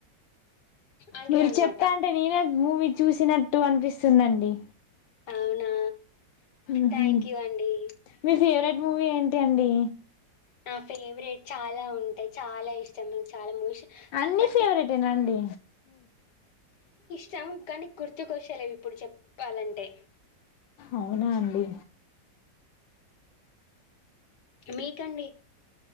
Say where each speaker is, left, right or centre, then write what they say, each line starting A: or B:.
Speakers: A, on the left (about 65°); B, on the left (about 85°).
A: అంటాడనమాట.
B: మీరు చెప్తా అంటే నేనేమ్ మూవీ చూసినట్టు అనిపిస్తుందండి
A: అవునా
B: ఉహు
A: థ్యాంక్ యూ అండి
B: మీ ఫేవరెట్ మూవీ ఏంటి అండి
A: నా ఫేవరెట్ చాలా ఉంటాయి చాలా ఇష్టం చాలా మూవీస్
B: అన్ని
A: పట్టి
B: ఫేవరెటే నా అండి
A: చము కానీ గుర్తుకోస్తాలేవ్ ఇప్పుడు చెప్పాలంటే
B: అవునా అండి
A: మీకండి